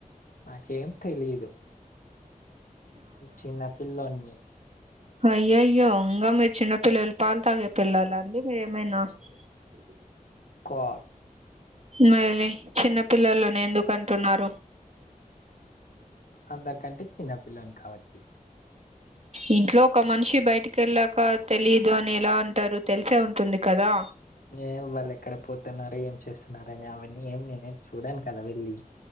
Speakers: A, on the left; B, on the right.
A: నాకేం తెలిదు చిన్నపిల్లోన్ని
B: అ <unintelligible> అయ్యయ్యో ఇంగా మీ చిన్న పిల్లలు పాల్ తాగే పిల్లాల అండి మీరేమైనా ఇ <unintelligible>
A: క్వా
B: ను వేలి చిన్న పిల్లోల్లని ఎందుకు అంటున్నారు
A: అందరికంటే చిన్నపిల్లోన్ని కాబట్టి
B: ఇంట్లో ఒక మనిషి బైటికేళ్ళాక తెలియదు అని ఎలా అంటారు తేల్సే ఉంటుంది కదా
A: ఏ వాళ్ళు ఎక్కడ పోతున్నారు ఏం చేసున్నారు అని అవన్నీ ఏం నేనేం చూడాను కదా వెళ్ళి